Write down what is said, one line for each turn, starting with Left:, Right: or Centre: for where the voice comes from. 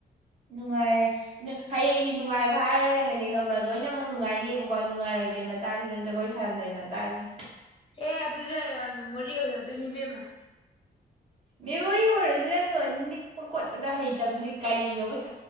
Right: ꯅꯨꯡꯉꯥꯏꯔꯦ ꯍꯌꯦꯡꯒꯤ ꯅꯨꯡꯉꯥꯏꯕ ꯍꯥꯏꯔꯒꯅꯅꯦ ꯈꯡꯕ꯭ꯔꯥ ꯂꯣꯏꯅꯃꯛ ꯅꯨꯡꯉꯥꯏꯅꯤꯕꯀꯣ ꯅꯨꯡꯉꯥꯏꯔꯣꯏꯗꯣꯏꯕ ꯃꯇꯥꯡꯁꯤꯅ ꯖꯒꯣꯏ ꯁꯥꯔꯝꯗꯥꯏ ꯃꯇꯥꯡꯁꯦ
Left: ꯑꯦ ꯑꯗꯨꯁꯨ ꯍꯌꯦꯡꯋꯥꯏ ꯃꯦꯃꯣꯔꯤ ꯑꯣꯏꯍꯧꯗꯣꯏꯅꯦ ꯏꯕꯦꯝꯃ
Right: ꯃꯤꯑꯣꯢ ꯑꯣꯏꯔꯁꯨ ꯅꯪꯕꯣ ꯅꯤꯛꯄ ꯈꯣꯠꯄꯗ ꯍꯩꯇꯕꯅꯤ ꯀꯔꯤꯅꯣꯕ ꯁꯤ